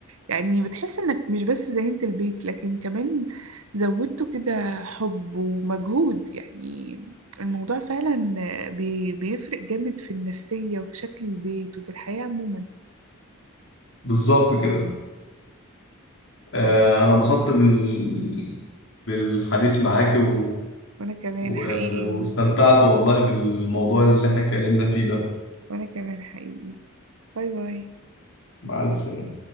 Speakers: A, on the right; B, on the left.
A: يعني بتحس انك مش بس زينت البيت لكن كمان زودته كده حب ومجهود يعني الموضوع فعلا بي بيفرق جامد في النفسيه وفي شكل البيت وفي الحياه عموما
B: بالظبط كده آه، انا انبسطت بال... بالحديث معاكي و...
A: وانا كمان
B: و...
A: حقيقي
B: واستمتعت والله بالموضوع اللي احنا اتكلمنا فيه ده
A: وانا كمان حقيقي باي باي
B: مع الف سلامة